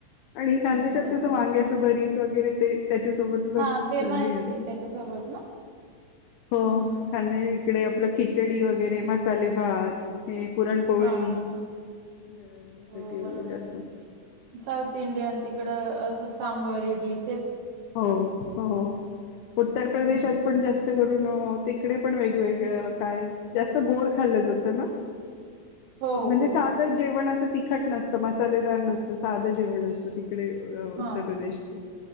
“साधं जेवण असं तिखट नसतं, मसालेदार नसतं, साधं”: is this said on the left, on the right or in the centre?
Left